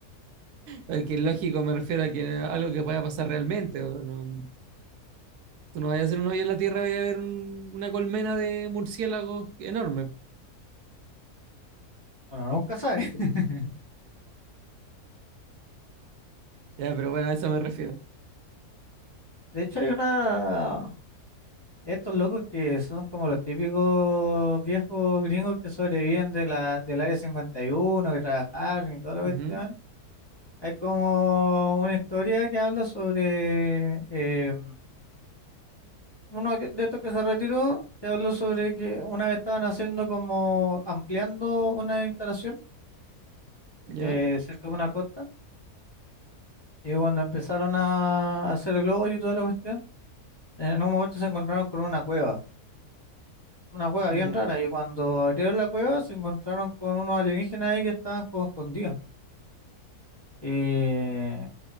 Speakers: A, on the right; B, on the left.
A: Eh, Que lógico me refiero a que algo que pueda pasar realmente. o no- tú no vayas a hacer un hoyo en la tierra, vaya a ver un- una colmena de murciélagos enorme.
B: bueno, nunca sabe. <laughs>
A: Ya, pero bueno, a eso me refiero.
B: De hecho, hay una... Estos locos que son como los típicos viejos gringos que sobreviven de la, del área 51, que trabajaron y toda la cuestión.
A: Ujú,
B: Hay como una historia que habla sobre eh, uno que- de estos que se retiró, que habló sobre que una vez estaban haciendo como ampliando una instalación
A: Ya,
B: eh, cerca de una costa y cuando empezaron a hacer el hoyo y toda la cuestión, en un momento se encontraron con una cueva, una cueva
A: ya.
B: bien rara y cuando abrieron la cueva se encontraron con unos alienígenas ahí que estaban como escondidos y